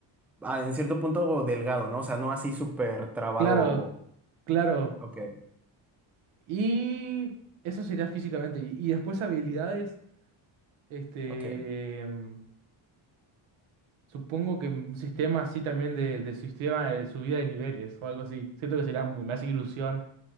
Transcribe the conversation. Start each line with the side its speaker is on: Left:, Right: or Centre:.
Centre: ah, en cierto punto delgado, ¿no? O sea, no así súper trabado.
Right: Claro, claro.
Centre: Ok,
Right: Y eso sería físicamente. Y, y después habilidades, este,
Centre: ok.
Right: em, supongo que un sistema así también de, de sistema de subida de niveles o algo así. Siento que sería, mu- me hace ilusión